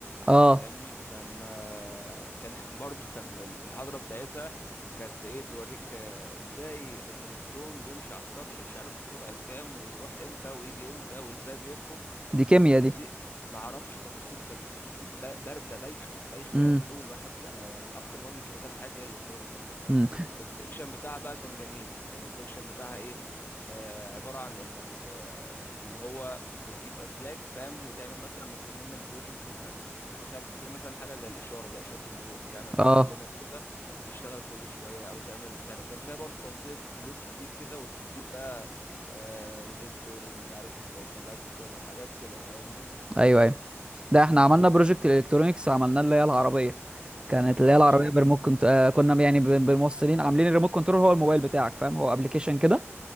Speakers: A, on the right; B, on the left.
A: اه
B: فاهمني كان آه، كان <laughs> برضو كان المحاضرة بتاعتها كانت ايه توريك آه، ازاي الالكترون بيمشي على السطح مش عارف بسرعة كام ويروح امتى ويجي امتى وازاي بيخرج
A: دي
B: كانت
A: كيمياء
B: تفاصيل
A: دي
B: ما اعرفش تفاصيل كانت تفاصيل ب- باردة بايخة بايخة
A: امم
B: اول واحد كان أنا يعني من اكتر المواد اللي كرهتها في حياتي هي الالكترونيكس
A: امم
B: السكشن بتاعها بقى كان جميل كان السكشن بتاعها ايه آه عبارة عن انك آه اللي هو بتجيب اسلاك فاهم وتعمل مثلا مطلوب منك بروجكت انك تخلي مثلا حاجة زي الإشارة زي إشارة المرور تعمل
A: اه
B: ثلاث لمط كده تشتغل كل شوية أو تعمل مش عارف كان فيها برضه توصيلة سلوك كتير كده وبتجيب بقى آه ريزيستور ومش عارف آه، كباستور وحاجات كده فاهمني
A: ايوه ايوه ده احنا
B: امم
A: عملنا بروجكت الكترونيكس عملناه اللي هي العربيه كانت اللي هي العربيه
B: اه
A: بريموت كنت... آه كنا يعني بن- بالموصلين عاملين الريموت كنترول هو الموبايل بتاعك فاهم هو ابلكيشن كده